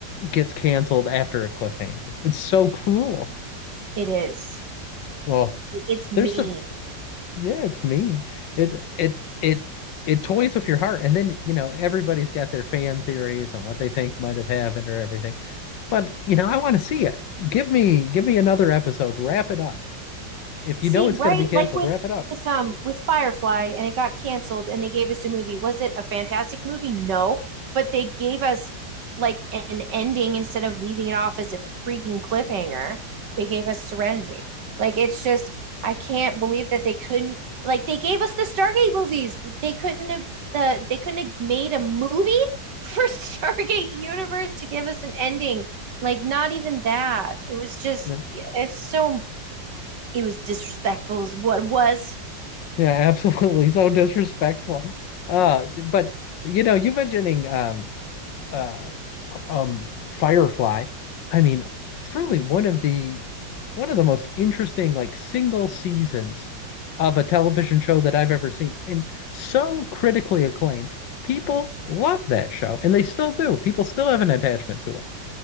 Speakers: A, on the left; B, on the right.
A: gets canceled after a cliffhanger. It's so cruel.
B: It is.
A: Well,
B: It's me.
A: there's some yeah, it's mean. It it it it toys with your heart. And then, you know, everybody's got their fan theories on what they think might have happened or everything. But, you know, I want to see it. Give me give me another episode. Wrap it up. If
B: See,
A: you know it's
B: right?
A: going to be canceled,
B: Like with
A: wrap it up.
B: with um with Firefly and it got canceled and they gave us a movie. Was it a fantastic movie? No, but they gave us like an ending instead of leaving it off as a freaking cliffhanger. They gave us Serenity. Like it's just I can't believe that they couldn't like they gave us the Stargate movies. They couldn't have the they couldn't have made a movie for <laughs> Stargate Universe to give us an ending. Like not even that. It was just
A: Yeah,
B: yeah, it's so it was disrespectful as what it was
A: yeah, <laughs> absolutely. So disrespectful. Uh, but you know, you mentioning um uh, um, Firefly. I mean, truly one of the one of the most interesting like single seasons of a television show that I've ever seen, and so critically acclaimed. People love that show, and they still do. People still have an attachment to it.